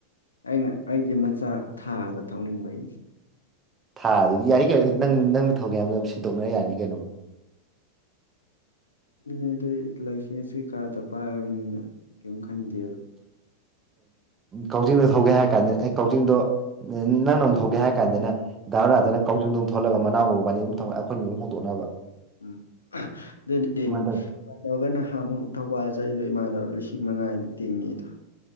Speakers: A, on the left (about 75°); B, on the right (about 20°).
A: ꯑꯩꯅ ꯑꯩꯗꯤ ꯃꯆꯥ ꯊꯥꯗ ꯊꯧꯅꯤꯡꯕꯩꯅꯤ
B: ꯊꯥ ꯑꯗꯨꯗꯤ ꯌꯥꯅꯤ ꯀꯩꯅꯣ ꯅꯪ ꯅꯪꯅ ꯊꯧꯒꯦꯕꯗ ꯑꯗꯨꯝ ꯁꯤꯟꯗꯣꯛꯅꯔ ꯌꯥꯅꯤ ꯀꯩꯅꯣꯝ
A: <inaudible> ꯑꯗꯨꯅꯦ ꯑꯗꯨ ꯂꯥꯏꯁꯦꯟꯁ ꯀꯩꯀꯥꯗ ꯄꯥꯏꯔꯕꯅꯤꯅ ꯀꯔꯤꯝ ꯈꯟꯗꯦꯕ
B: ꯀꯛꯖꯤꯡꯗꯣ ꯊꯧꯒꯦ ꯍꯥꯏꯔ ꯀꯥꯟꯗ ꯑꯩ ꯀꯛꯖꯤꯡꯗꯣ ꯅꯪꯅ ꯑꯃꯨꯛ ꯊꯧꯒꯦ ꯍꯥꯏꯔ ꯀꯥꯟꯗꯅ ꯗꯥꯔ
A: ꯎꯝ
B: ꯅꯥꯗꯅ ꯀꯧ꯭ꯔꯤꯡꯣꯝ ꯊꯣꯛꯂꯒ ꯃꯅꯥꯒꯨꯝꯕꯕꯥꯅꯤ ꯑꯃꯝꯧꯉꯒ ꯑꯩꯈꯣꯏꯅꯒꯨ ꯍꯗꯣꯛꯅꯕ
A: ꯎꯝ ꯑꯗꯨ ꯏꯃ
B: ꯇꯧ
A: ꯇꯧꯔꯒ ꯅꯍꯥꯟ ꯑꯃꯨꯛ ꯊꯧꯕꯥꯜ ꯆꯗꯣ ꯏꯃꯥꯟꯅꯅꯕꯧꯔ ꯂꯤꯁꯤꯡ ꯆꯍꯤ ꯃꯉꯥꯅ ꯇꯤꯡꯉꯤꯗ